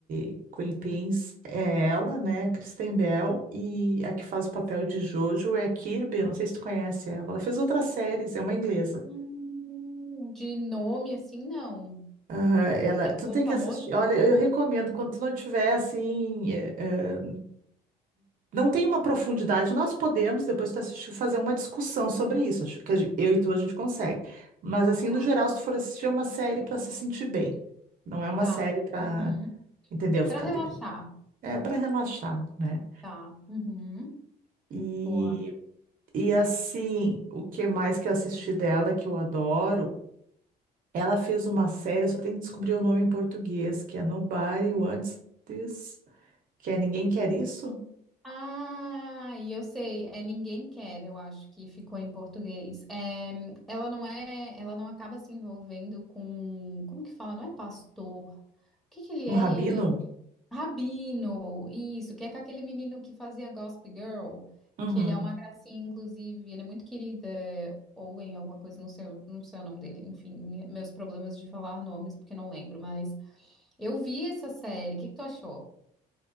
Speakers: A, on the right (about 55°); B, in the centre.
A: eh, Queen Pins, é ela, né? Kristen Bell, e a que faz o papel de Jojo é a Kirby, não sei se tu conhece ela. Ela fez outras séries, é uma inglesa.
B: Hum, de nome assim, não.
A: Aham, ela,
B: Tem
A: tu
B: algum
A: tem
B: famoso
A: que assistir.
B: que
A: Olha,
B: ela fez?
A: eu recomendo, quando tu não tiver, assim, é, é, não tem uma profundidade. Nós podemos, depois que tu assistir, fazer uma discussão sobre isso. Acho que a gen- eu e tu a gente consegue. Mas, assim,
B: Tá,
A: no geral, se tu for assistir, é uma série para se sentir bem. Não é uma
B: tá.
A: série para,
B: Uhum.
A: entendeu? Ficar
B: Pra relaxar,
A: de bem. É para relaxar, né?
B: tá. Uhum.
A: E,
B: Boa.
A: e, assim, o que mais que eu assisti dela, que eu adoro, ela fez uma série, eu só tenho que descobrir o nome em português, que é Nobody Wants This, que é Ninguém Quer Isso?
B: Ah, e eu sei, é Ninguém Quer, eu acho que ficou em português. É, ela não é, ela não acaba se envolvendo com, como que fala? Não é pastor. O que que ele
A: Um
B: é?
A: Rabino?
B: Ele é rabino. Isso, que é com aquele menino que fazia Gossip Girl,
A: Uhum.
B: que ele é uma gracinha, inclusive, ele é muito querido, é Owen, alguma coisa, não sei, o- não sei o nome dele, enfim, meus problemas de falar nomes porque não lembro, mas eu vi essa série. O que que tu achou?